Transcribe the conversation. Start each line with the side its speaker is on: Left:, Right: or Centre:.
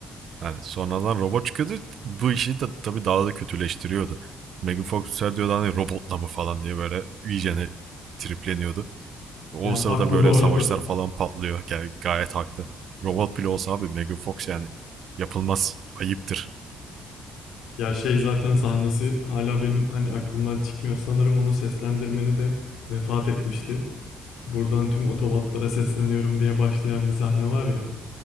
Right: Yani sonradan robot çıkıyordu. Bu işi de tabii daha da kötüleştiriyordu. Megan Fox ser diyordu hani robotla mı falan diye böyle iyicene tripleniyordu. O
Left: Ya
Right: sırada
Left: haklı
Right: böyle
Left: bu
Right: savaşlar
Left: arada.
Right: falan patlıyor. Yani gayet haklı. Robot bile olsa abi Megan Fox yani yapılmaz. Ayıptır.
Left: Ya şey zaten sahnesi hala benim hani aklımdan çıkmıyor. Sanırım onun seslendirmeni de vefat etmişti. Buradan tüm otobatlara sesleniyorum diye başlayan bir sahne var ya.